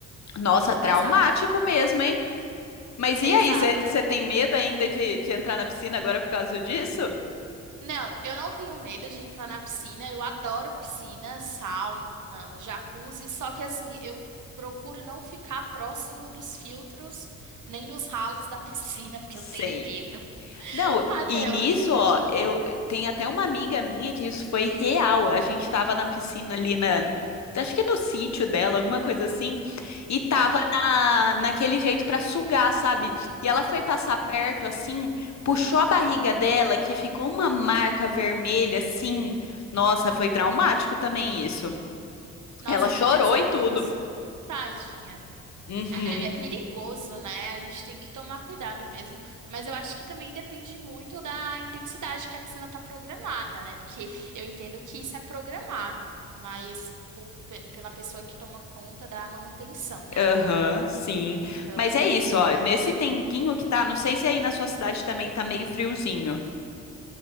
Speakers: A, on the left; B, on the right.
A: Nossa,
B: Muito
A: traumático
B: pesado.
A: mesmo, hein? Mas
B: Exato.
A: e aí, você tem medo ainda de, de entrar na piscina agora por causa disso?
B: Não, eu não tenho medo de entrar na piscina. Eu adoro piscina, sauna, jacuzzi. Só que assim, eu procuro não ficar próximo dos filtros, nem dos ralos da <laughs> piscina, porque
A: Sei.
B: eu tenho medo. <laughs>
A: Não,
B: Até
A: e nisso, ó,
B: hoje.
A: eu tem até uma amiga minha que isso foi real. A gente tava na piscina ali na, acho que no sítio dela, alguma coisa assim, e tava
B: Aham.
A: na, naquele jeito pra sugar, sabe? E ela foi passar perto
B: Aham.
A: assim, puxou a barriga dela, que ficou uma marca vermelha assim. Nossa, foi traumático também isso.
B: Nossa,
A: Ela chorou
B: que pesado
A: e tudo.
B: isso. Tadinha.
A: Uhum,
B: É é perigoso, né? A gente tem que tomar cuidado mesmo. Mas eu acho que também depende muito da intensidade que a piscina tá programada, né? Porque eu entendo que isso é programado, mas po- pe- pela pessoa que toma conta da manutenção, né?
A: aham, sim.
B: Então,
A: Mas é isso, ó. Nesse tempinho que tá, não sei se aí na sua cidade também tá meio friozinho.